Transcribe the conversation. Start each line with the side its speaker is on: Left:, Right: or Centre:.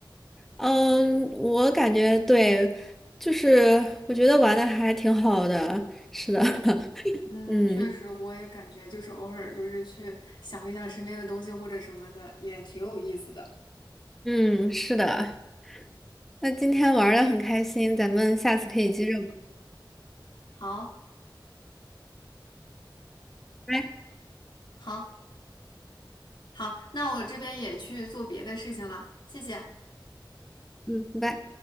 Centre: 嗯，我感觉对，就是我觉得玩的还挺好的。是的，
Left: 嗯
Centre: <laughs>
Left: 嗯，
Centre: 嗯
Left: 确实，我也感觉就是偶尔就是去想一想身边的东西或者什么的，也挺有意思的。
Centre: 嗯，是的。那今天玩的很开心，咱们下次可以接着玩。
Left: 好，
Centre: 拜，
Left: 好，好，那我这边也去做别的事情了，谢谢。
Centre: 嗯，拜。